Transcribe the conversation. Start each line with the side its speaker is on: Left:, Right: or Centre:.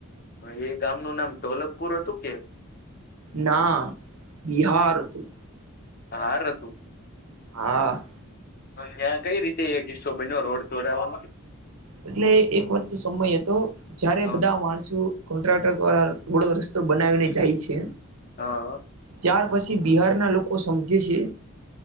Left: હ એ ગામનું નામ ધોલકપુર હતું કે
Right: ના બિહાર હતું
Left: બાર હતું
Right: હા
Left: ત્યાં કઈ રીતે એક હિસ્સો બન્યો રોડ તોડવાવામાં
Right: એટલે એક વખત સમય હતો જયારે
Left: હા
Right: બધા માણસો કોન્ટ્રાક્ટર દ્વારા રોડો રસ્તો બનાવીને જાય છે
Left: હા.
Right: ત્યાર પછી બિહારના લોકો સમજે છે